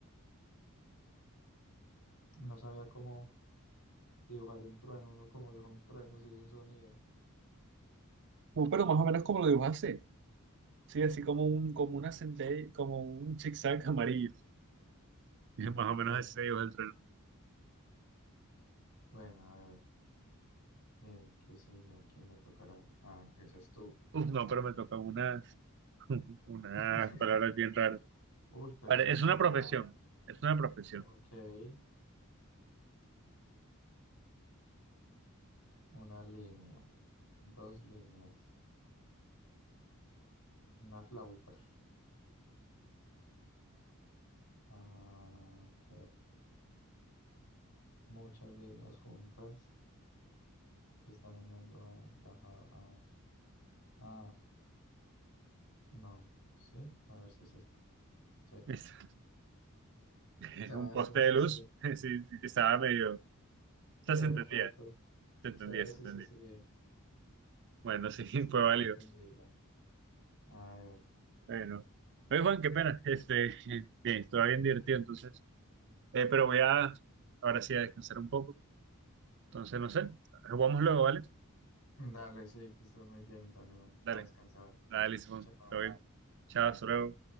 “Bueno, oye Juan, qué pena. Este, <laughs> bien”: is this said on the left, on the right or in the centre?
Right